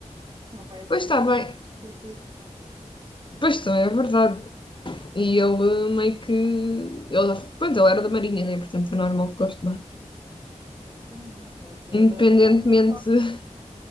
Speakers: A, on the right; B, on the left.
A: Acho que o meu pai é
B: Pois
A: todo
B: está bem.
A: muito desportista,
B: Pois está, é verdade. E ele eh, meio que. Ele, já- pronto, ele era da Marinha, né? Portanto é normal que goste de barco.
A: assim não, ele
B: Independentemente.
A: adora, mas qual-
B: <laughs>